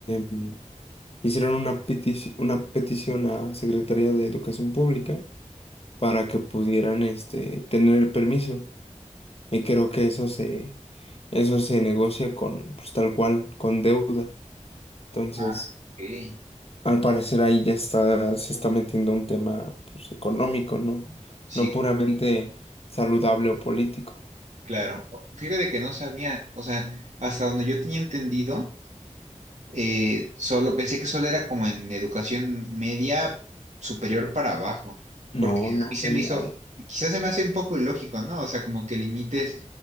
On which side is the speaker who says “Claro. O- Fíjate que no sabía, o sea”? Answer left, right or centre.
Right